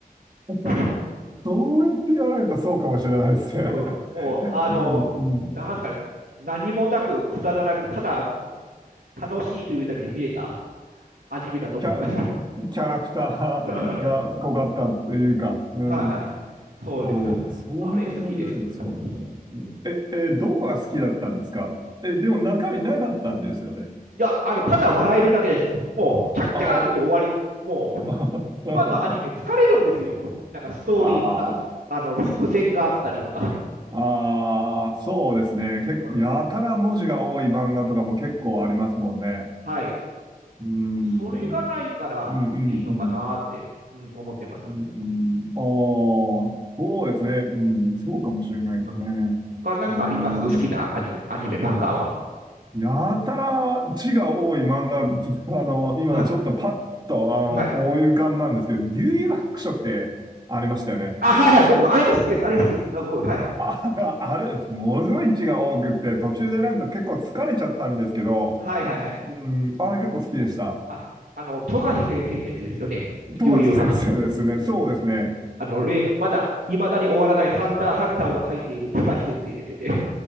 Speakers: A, on the right (about 30°); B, on the right (about 85°).
A: <laughs>
B: <laughs>
A: どうやって言われたらそうかもしれないですね。
B: うん、もう、
A: <laughs>
B: あの、
A: うん、うん。
B: なんすかね、何もなく、くだらなく、ただ楽しいというだけで見れたアニメだと思います。
A: キャ、キャラクターが濃かったっていうか、
B: <laughs> うん、うん、
A: うん。
B: はいはい。そうです。
A: そう、そうやって言われるのそうなんだな。
B: あれ好きです。うん、
A: え、え、どこが好きだったんですかえ、でも中身なかったんですよね。
B: いや、あの、ただ笑えるだけです。もう、キャッキャーって言って終わり。
A: あ
B: もう、
A: あ、<laughs>
B: 今のアニメ疲れるんですよ。なんかストーリーとか、
A: ああ、
B: あの、伏線があったりとか。
A: ああ、そうですね。け、
B: うん。
A: やたら文字が多い漫画とかも結構ありますもんね。
B: はい。
A: うーん。
B: それがないからいいのかなって、
A: うんうんうん。
B: うん、思ってます。
A: うんうん、ああ、そうですね。うん、
B: うん
A: そうかもしれないですね。
B: うん他なんかあります好きなアニメ、
A: うーん。
B: アニメ、漫画は。
A: やたら字が多い漫画、<laughs> あの、今ちょっとパッと、
B: はい。
A: あの、
B: はい。
A: 思い浮かんなんですけど、幽遊白書ってありましたよね。
B: あ、はいはい。僕もあれも好きです。あれ好きです。あ、もうはい。
A: あ、<laughs> あれ、ものすごい字が多くって、途中でなんか結構疲れちゃったんですけど、
B: はいはいはい。
A: うん、あれ結構好きでした。
B: あ、あの、富樫先生のやつですよね。
A: 富樫先生ですね。
B: 悠々白書。
A: そうですね。
B: あの、例の、まだ、いまだに終わらないハンターハンターを書いている富樫先生ですよね。